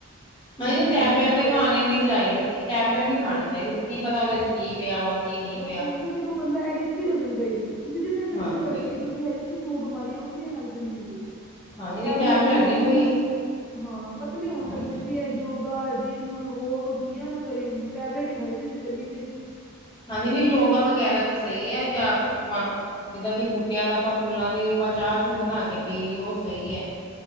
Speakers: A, in the centre; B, on the left.
A: ਉਹਦੀ
B: ਹਾਂਜੀ ਨਹੀਂ ਟੈਬਲੇਟ
A: ਖਾ
B: ਤੇ ਖਾਣੀ ਨੀ ਚਾਹੀਦੀ ਟੈਬਲੇਟ ਨਹੀਂੀ ਖਾਣੀ ਚਾਹੀਦੀ ਕੀ ਪਤਾ ਹਦੇ ਚ ਕੀ ਪਿਆ ਵਾ ਕੀ ਨਹੀਂ
A: ਬਸ
B: ਪਿਆ
A: ਹੀ ਹੈ ਨਾ ਫ਼ਿਰ ਉਹ ਬੰਦਾ ਐਡਿਕਟਿਡ ਹੋ ਜਾਂਦਾ ਸੀ ਤੁਸੀਂ ਜਿੱਥੇ ਛੱਡੋਗੇ
B: ਹਾਂਜੀ
A: ਤੁਹਾਡੇ ਸਰੀਰ ਹੋਜੇਗਾ ਤੇ ਸੋ ਬਿਮਾਰੀਆਂ ਵੱਖਰੀਆਂ ਲੱਗ ਜਾਂਦੀਆਂ ਜੀ
B: ਹਾਂਜੀ
A: ਟੈਬਲੇਟ
B: ਨਹੀਂ
A: ਨਾਲ ਲੋਕੀ
B: ਨੀ ਕੋਈ
A: ਹਾਂ ਪਤਲੇਿਆਉਣ
B: ਹਾਂਜੀ
A: ਲੱਗ ਜਾਂਦੀ ਹੈ ਯੋਗਾ ਜਿੰਮ ਵੋ ਕੋਈ ਦੁਨੀਆਂ ਨਾ ਕਰੇ ਟੈਬਲੇਟ ਹੀ ਖਾਈ ਉ ਚੱਲੀ ਜੇ
B: ਹਾ ਦੀਦੀ ਨੀ ਯੋਗਾ ਵਗੈਰਾ ਤਾਂ ਸਹੀ ਹੈ ਜਾਂ। ਜਿੱਦਾਂ ਕਿ ਬੂਟਿਆਂ ਦਾ ਆਪਾਂ ਫੁੱਲਾਂ ਦੀ ਆਪਾਂ ਚਾਹ ਚੂ ਬਣਾ ਕੇ ਪੀ ਲਈਏ ਉਹ ਸਹੀ ਹੈ।